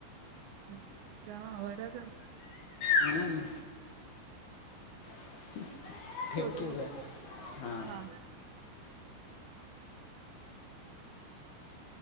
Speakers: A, on the right (about 75°); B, on the left (about 55°).
A: हम जा वर जा.
B: हम्म, <inaudible> ठेव
A: ठेवतो
B: की
A: बग,
B: ग हां
A: हा. <unintelligible>